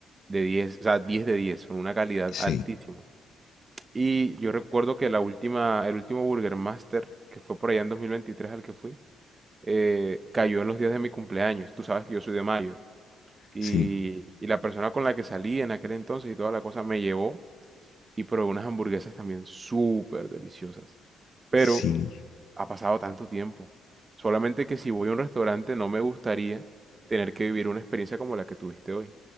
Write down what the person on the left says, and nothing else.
sí,
sí,
sí,